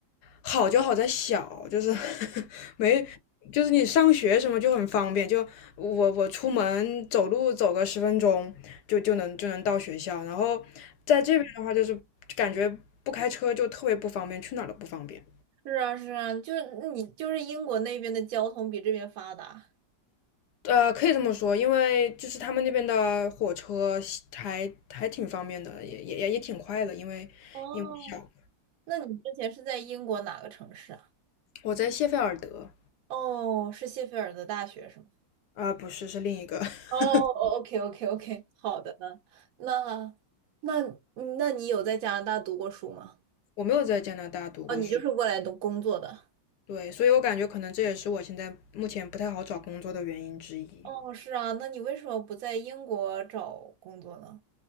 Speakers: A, on the left; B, on the right.
A: 好就好在小，就是 <laughs> 没就是你上学什么就很方便，就我我出门走路走个十分钟就就能就能到学校，然后在这边的话就是感觉不开车就特别不方便，去哪儿都不方便。
B: 是啊，是啊，就是你就是英国那边的交通比这边发达。
A: 呃，可以这么说，因为就是他们那边的火车还还挺方便的，也也也也挺快的，因为因为小。
B: 哦，那你之前是在英国哪个城市啊？
A: 我在谢菲尔德，
B: 哦，是谢菲尔德大学是吗？
A: 啊、不是，是另一个，<laughs>
B: 哦，OK，OK，OK，好的呢。那那那你有在加拿大读过书吗？
A: 我没有在加拿大读过书，
B: 哦，你就是过来读工作的。
A: 对，所以我感觉可能这也是我现在目前不太好找工作的原因之一。
B: 哦，是啊，那你为什么不在英国找工作呢？